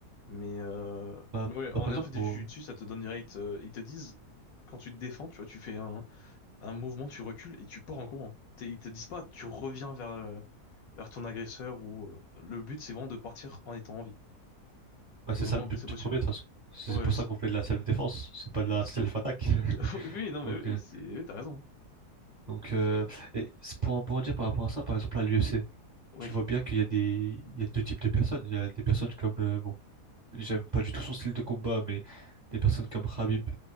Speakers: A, on the left; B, on the right.
A: Mais, euh,
B: bah,
A: mais ouais, en
B: bah, par
A: ayant
B: exemple,
A: fait du
B: pour...
A: jiu-jitsu, ça te donne direct, euh, ils te disent, quand tu te défends, tu vois, tu fais un, un mouvement, tu recules et tu pars en courant. T'es- Ils te disent pas, tu reviens vers, euh, vers ton agresseur ou euh, le but c'est vraiment de partir en étant en vie
B: bah, c'est
A: ou le
B: ça
A: moins
B: le but
A: blessé possible.
B: premier de toute façon. C'est
A: Ouais,
B: pour
A: c'est-
B: ça qu'on fait de la self-défense, c'est pas
A: et-
B: de la
A: c'est-
B: self-attaque. <laughs>
A: <laughs> oui, non,
B: Donc,
A: mais oui,
B: euh,
A: c'est, oui, t'as raison.
B: donc euh, et c'est pour en rebondir par rapport à ça, par exemple à l'UFC.
A: Oui,
B: je vois bien qu'il y a des, il y a deux types de personnes. Il y a des personnes comme, euh, bon, j'aime pas du tout son style de combat, mais des personnes comme Khabib,